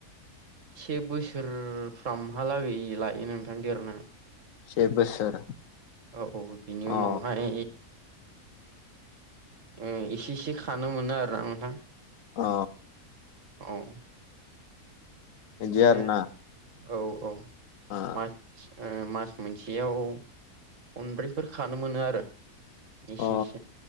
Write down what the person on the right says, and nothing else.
से बोसोरफ्रामहालागै लायो नोंथां देरनो
औ औ बिनि
उनावहाय उम इसे इसे खानो मोनो आरो नोंथां
औ
बिदिनो
औ औ
मास ओ मास मोनसेयाव खनब्रैफोर खानो मोनो आरो एसे
एसे